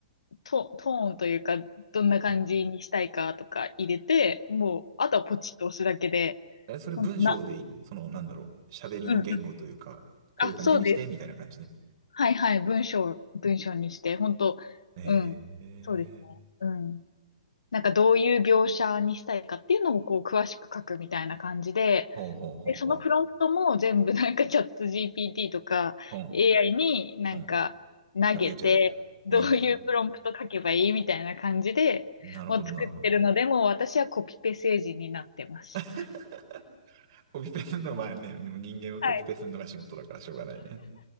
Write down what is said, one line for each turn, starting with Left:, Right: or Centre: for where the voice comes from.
Left: ト、トーンというか、どんな感じにしたいかとか入れて、
Right: うん
Left: もう、あとはポチッと押すだけで、
Right: え、それ文章でいいのその、
Left: ほんとな、
Right: なんだろう。喋りの言語というか、
Left: うんうん、
Right: こういう感じにして、
Left: あ、そうです。
Right: みたいな感じで。
Left: はいはい、文章、文章にして、本当うん、
Right: ええ
Left: そうですね。うん。なんかどういう描写にしたいかっていうのをこう詳しく書くみたいな感じで、
Right: ほうほうほうほ
Left: で、そのプロンプトも全部なんかチャット GPT とか
Right: う。うん、
Left: AI になんか投げて、
Right: うん。投げちゃえばいい。
Left: どういうプロンプト書けばいいみたいな感じで、
Right: ええなるほど、
Left: もう作ってるので、
Right: なるほど。
Left: もう私はコピペ政治になってます。
Right: <laughs> コピペするのまあね、でも人間はコピペするのが仕事だからしょうがないね。
Left: はい。